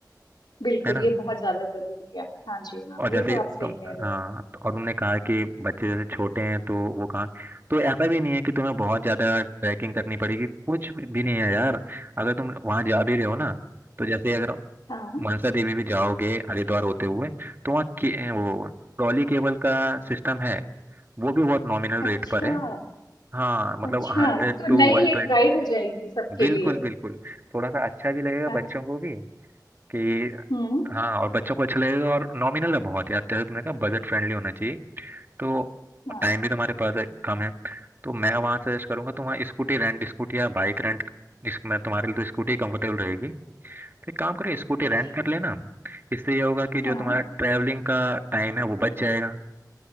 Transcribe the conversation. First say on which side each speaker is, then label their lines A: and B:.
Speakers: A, on the left; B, on the right.
A: बिल्कुल
B: है ना
A: ये बहुत ज्यादा जरूरी है हाँ जी हाँ
B: और जैसे
A: ये तो आप सही
B: तुम
A: कह रहे
B: हाँ तो और तुमने कहा कि बच्चे जैसे छोटे हैं तो वो कहाँ तो ऐसा भी नहीं है कि तुम्हें बहुत ज्यादा ट्रैकिंग करनी पड़ेगी कुछ भी नहीं है यार अगर तुम वहाँ जा भी रहे हो ना तो जैसे अगर
A: हो हाँ
B: मनसा देवी भी जाओगे हरिद्वार होते हुए तो वहाँ के- वो ट्रॉली केबल का सिस्टम है वो भी बहुत नॉमिनल रेट
A: अच्छा
B: पर है हाँ मतलब
A: अच्छा
B: हंड्रेड
A: ये तो
B: टू
A: नई
B: वन ट्वेंटी
A: एक राइड हो जाएगी सबके
B: बिल्कुल
A: लिए
B: बिल्कुल थोड़ा सा अच्छा भी लगेगा
A: अच्छा
B: बच्चों को भी कि
A: हम्म
B: हाँ और बच्चों को अच्छा लगेगा और नॉमिनल है बहुत यार जैसे तुमने कहा बजट फ्रेंडली होना चाहिए तो
A: हाँ
B: टाइम भी तुम्हारे पास है कम है तो मैं वहाँ सजेस्ट करूंगा तुम वहाँ स्कूटी रेंट स्कूटी या बाइक रेंट इसमें तुम्हारे लिए तो स्कूटी कंफर्टेबल रहेगी तो एक काम करो स्कूटी
A: अच्छा
B: रेंट कर लेना इससे ये होगा कि जो
A: हाँ
B: तुम्हारा ट्रैवलिंग का टाइम है वो बच जाएगा